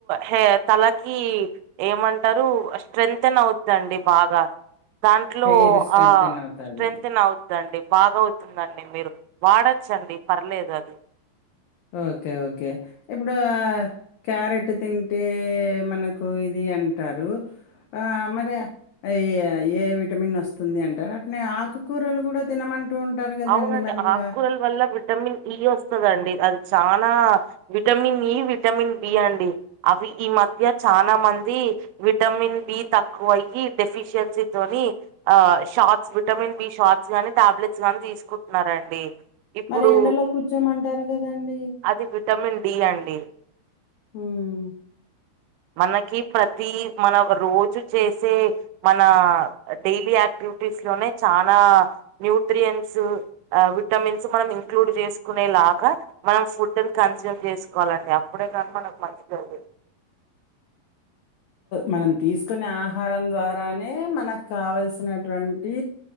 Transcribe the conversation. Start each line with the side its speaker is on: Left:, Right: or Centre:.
Right: హెయిర్ తలకి ఏమంటరు స్ట్రెంతెంన్ అవ్వుద్దండీ బాగా దాంట్లో
Left: హెయిర్ స్ట్రెంథెన్
Right: ఆ
Left: అవుతాది.
Right: స్ట్రెంతేన్ అవు బాగా అవుతుందండి మీరు వాడొచ్చండి పర్లేదు అది
Left: ఓకే ఓకే ఇప్పుడు క్యారెట్ తింటే మనకు ఇది అంటారు ఆ మరి అయ్యా ఏ విటమిన్ వస్తుంది అంటారు అట్నే ఆకుకూరలు కూడా తినమ టూ ఉంటారు కదండి
Right: అవునండి
Left: మరి ఇంకా
Right: ఆకుకూరల వల్ల విటమిన్ ఇ వస్తాదండి అది చానా విటమిన్ ఈ విటమిన్ బి అండి అవి ఈ మధ్య చాలా మంది విటమిన్ బి తక్కువయి డెఫిషియన్సీ తోని ఆ షార్ట్స్ విటమిన్ బి షార్ట్స్ గానీ టాబ్లెట్స్ గాని తీసుకుంటున్నారండి ఇప్పుడు
Left: మరి ఎండలో కూర్చోమంటారు కదండి
Right: అది విటమిన్ డి అండి
Left: హ్మ్మ్
Right: మనకి ప్రతి మన రోజు చేసే మన డైలీ యాక్టివిటీస్ లోనే చానా న్యూట్రియన్స్ అహ్ విటమిన్స్ మనం ఇంక్లూడ్ చేసుకునేలాగా మనం ఫుడ్ని కన్సూమ్ చేసుకోవాలండి అప్పుడే కానీ మనకు మంచిగాంది
Left: మనం తీసుకునే ఆహారం ద్వారానే మనకు కావలసినటువంటి